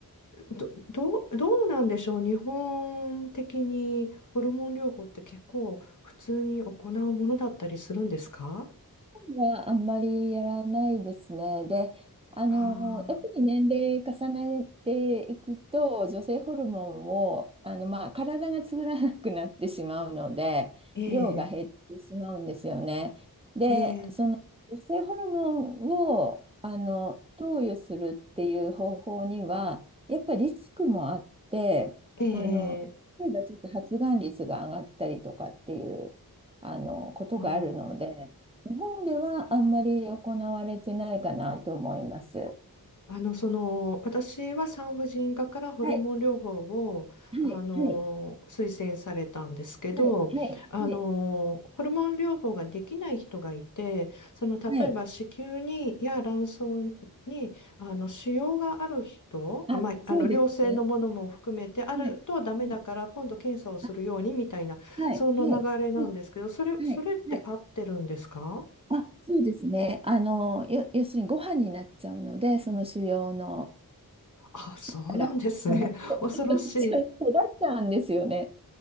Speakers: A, on the left (about 55°); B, on the right (about 15°).
A: ど、ど、どうなんでしょうね。日本的にホルモン療法って結構普通に行うものだったりするんですか
B: はあんまりやらないですね。で、あの、
A: ああ
B: やっぱり年齢重ねていくと、女性ホルモンを、あの、まあ、体が作らなくなってしまうので、
A: ー、ええ、
B: 量が減ってしまうんですよね。で、
A: ええ、
B: その女性ホルモンを、あの、投与するっていう方法には、やっぱりリスクもあって、
A: ええ、
B: あの、
A: ええ
B: 例えばちょっと発がん率が上がったりとかっていう、あの、ことがあるので、
A: あー
B: 日本ではあんまり行われてないかなと思います。は
A: あの、その、私は産婦人科からホルモン療法を、
B: い、はい、
A: あの、
B: はい、
A: 推薦されたんですけど、
B: はい、はい、
A: あの、
B: はい、
A: ホルモン療法ができない人がいて、その、例えば子宮に、
B: はい。
A: や卵巣に、あの、腫瘍がある人、
B: あ、
A: あ、まあ、
B: そうですね。
A: あの、良性のものも含めて、あるとダメだから、
B: はい、はい
A: 今度検査をするように、
B: あ、
A: みたいな、
B: はい、
A: そんな流れなんですけど、
B: はい、はい、
A: それ、それって合ってるんですか
B: はい。はい
A: <laughs>
B: あ、そうですね。あの、よ、要するにご飯になっちゃうので、その腫瘍の、
A: あ、そうなんですね。
B: あら、あの、
A: <laughs>
B: <laughs>
A: 恐ろしい。
B: 育っちゃう育っちゃうんですよね。